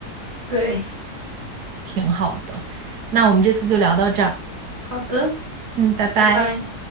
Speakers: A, on the right; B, on the right.
A: 对，
B: 挺好的。那我们这次就聊到这儿，
A: 好的，
B: 嗯，拜拜。
A: 拜拜。